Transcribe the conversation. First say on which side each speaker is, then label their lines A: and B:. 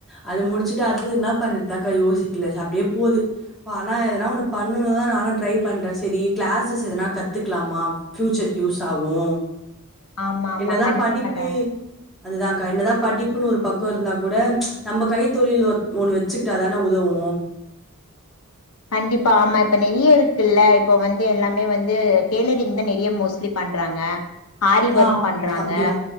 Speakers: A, in the centre; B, on the left (about 85°).
A: அது முடிச்சட்டு அடுத்தது என்ன பன்றதுதாக்கா யோசிக்கல அப்டியே போது ஆன எதனா ஒன்னு பண்ணணு. நா த ட்ரை பண்ற செரி கிளாஸஸ் எதனா கத்துக்லாமா ஃபியூச்சர்க்கு யூஸ் ஆவூ.
B: ஆமா ஆமா
A: என்னதா
B: கண்டிப்பாடா
A: படிப்பு அதுதான்க்கா என்னதா படிப்புன்னு ஒரு பக்க இருந்தா கூட ச் நம்ம கைத்தொழில் ஒண்ணு வச்சுக்கிட்டாதான உதவு
B: கண்டிப்பா ஆமா இப்ப நெறைய இருக்குல்ல இப்ப வந்து எல்லாமே வந்து டெய்லரிங் தா நெறைய மோஸ்ட்லி பண்றாங்க ஆரி ஒர்க்
A: ஆ.
B: பண்றாங்க
A: அப்படியா?